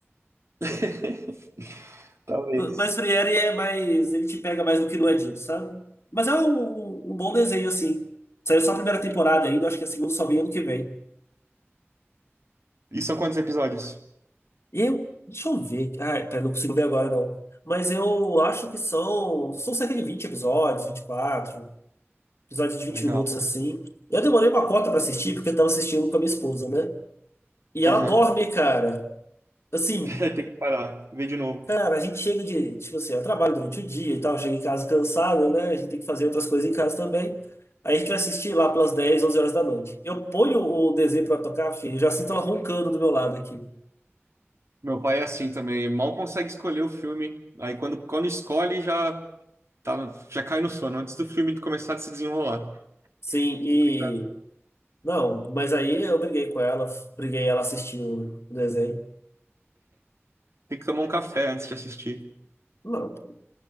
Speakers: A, on the right; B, on the left.
A: <laughs> Talvez.
B: Mas Friere é mais. Ele te pega mais do que no Edinho, sabe? Mas é um, um bom desenho, assim. Saiu só a primeira temporada ainda, acho que a segunda só vem ano que vem.
A: E são quantos episódios?
B: E eu. Deixa eu ver. Ah, pera, não consigo ver agora, não. Mas eu acho que são. São cerca de 20 episódios, 24 Episódio de vinte
A: Legal.
B: minutos, assim. Eu demorei uma cota pra assistir, porque eu tava assistindo com a minha esposa, né? E
A: Aham.
B: ela dorme, cara. Assim,
A: <laughs> Tem que parar, ver de novo.
B: Cara, a gente chega de, tipo assim, eu trabalho durante o dia e tal, chega em casa cansado, né? A gente tem que fazer outras coisas em casa também. Aí a gente vai assistir lá pelas 10 11 horas da noite. Eu ponho o desenho pra tocar, filho, eu já sinto ela roncando do meu lado aqui.
A: Meu pai é assim também, mal consegue escolher o filme. Aí quando, quando escolhe, já, tá, no- já cai no sono antes do filme começar a se desenrolar.
B: Sim, e.
A: Complicado.
B: Não, mas aí eu briguei com ela, briguei ela assistiu o o desenho.
A: Tem que tomar um café antes de assistir.
B: Não, pô,